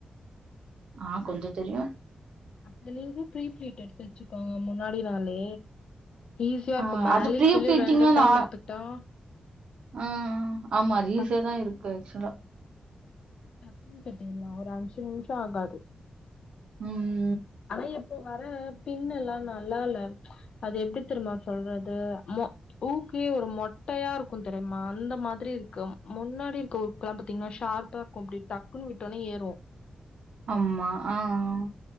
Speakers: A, on the right (about 60°); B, on the left (about 55°).
A: ஆஹ் கொஞ்சொ தெரியு
B: அப்னா நீங்ளு ப்ரீ ப்ளீட் எடுத்து வச்சுக்கோங்க முன்னாடி நாளே ஈஸியா இருக்கு
A: ஆ
B: மேலயு
A: அது ப்ரீ
B: கீலையு
A: ப்ளீட்டிங்னா
B: ரெண்டு டைம்
A: நா
B: எடுத்துக்ட்டா
A: ஆ ஆமா அது
B: டக்
A: ஈஸியா தான் இருக்கு ஆக்சுவலா.
B: டக்குனு கட்டிட்லா ஒரு அஞ்சு நிமிஷொ ஆகாது
A: உம்
B: அதா எப்போ வர பின் எல்லா நல்லால அது எப்டி தெரிமா சொல்றது மொ ஊக்கே ஒரு மொட்டையாருக்கு தெரிமா அந்த மாதிரி இருக்கு முன்னாடி இருக்க ஊக்குலா பாத்திங்னா ஷார்பா இருக்கு இப்டி டக்குன்னு விட்டோனே ஏறு
A: ஆம்மா ஆஹ்